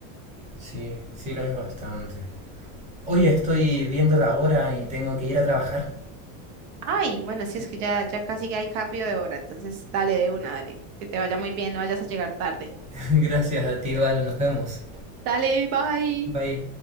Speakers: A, on the right; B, on the right.
A: Sí, sí lo es bastante. Oye, estoy viendo la hora y tengo que ir a trabajar.
B: Ay, bueno, sí, es que ya, ya casi hay cambio de hora, entonces dale de una, dale. Que te vaya muy bien, no vayas a llegar tarde.
A: <laughs> Gracias a ti, Val, nos vemos.
B: Dale, bye.
A: Bye.